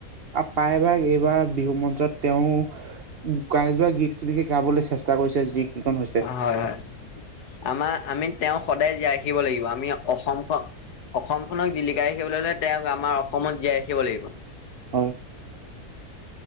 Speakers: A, on the right (about 45°); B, on the left (about 85°).
A: আৰু প্ৰায়ভাগ এইবাৰ বিহু মঞ্চত তেওঁ গাই যোৱা গীত খিনিকে গাবলৈ চেষ্টা কৰিছে যি কিিকন হৈছে।
B: হয় হয় আমাৰ আমি তেওঁ সদায় জীয়াই ৰািব লাগিব আমি অসমখন অসমখনক জিলিকাই ৰাখিবলৈ হলে তেওঁক আমাৰ অসমত জীয়াই ৰাখিব লাগিব।
A: হয়।